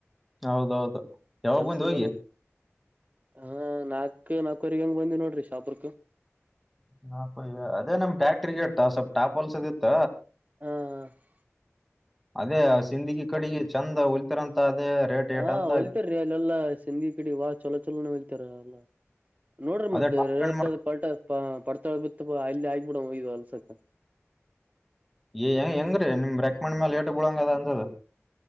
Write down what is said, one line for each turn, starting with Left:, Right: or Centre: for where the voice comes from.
Centre: ಹೌದೌದು ಯಾವಾಗ
Right: ಕೆಲ್ಸದ
Centre: ಬಂದ ಹೋಗಿ
Right: ಮ್ಯಾಲ ಹಾ ನಾಕ್ ನಾಕವರೆಗ ಹಂಗ ಬಂದಿ ನೋಡ್ರಿ ಶಾಪುರ
Centre: ನಾಲ್ಕುಯ್ಯ ಅದೇ ನಮ್ ಟ್ಯಾಕ್ಟ್ರಿಗೆ ಇಟ್ಟ ಸ್ವಲ್ಪ ಟಾಪ್ ಹೊಲ್ಸದಿತ್ತ
Right: ಹಾ
Centre: ಅದೇ ಸಿಂದಗಿ ಕಡೆಗೆ ಚಂದ ಹೊಲ್ತಿರಂತ ಅದೇ ರೇಟ್ ಏಟ್
Right: ಹಾ
Centre: ಅಂತ
Right: ಹೊಲ್ತರಿ ಅಲ್ಲೆಲ್ಲಾ ಸಂದಿ ಕಡೆ ವಾ ಚೊಲೋ ಚಲೋನ ಹಲ್ತಾರ ಎಲ್ಲ ನೋಡ್ರಿ
Centre: ಅದೇ
Right: ಮತ್ತವತ್ತ
Centre: ಟಾಪ್ ಹೆಂಗ್
Right: ಪಾಟ ಪಡ್ತಾಳ ಬಿತ್ತ ಇಲ್ಲಿ ಆಗ್ಬಿಡೋಗ ಹೋಲ್ಸಕ
Centre: ಏ ಹೆಂಗ ಹೆಂಗ್ರೀ ನಿಮ್ ರೆಕ್ಮಣ್ಣ ಮ್ಯಾಲ ಏಟ ಬಿಳಂಗ ಅದ ಅನ್ಸದ